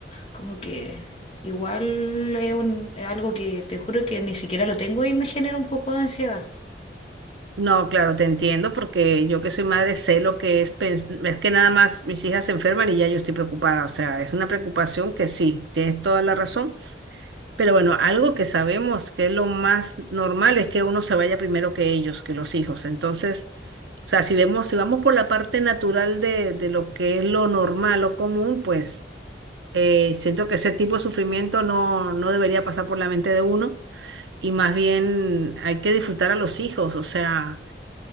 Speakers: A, on the left; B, on the right.
A: Como que... Igual es un, es algo que te juro que ni siquiera lo tengo y me genera un poco de ansiedad.
B: No, claro, te entiendo porque yo que soy madre sé lo que es, pens- es que nada más mis hijas se enferman y ya yo estoy preocupada, o sea, es una preocupación que sí, tienes toda la razón, pero bueno, algo que sabemos que es lo más normal es que uno se vaya primero que ellos, que los hijos, entonces, o sea, si vemos, si vamos por la parte natural de, de lo que es lo normal o común, pues eh, siento que ese tipo de sufrimiento no, no debería pasar por la mente de uno y más bien hay que disfrutar a los hijos, o sea...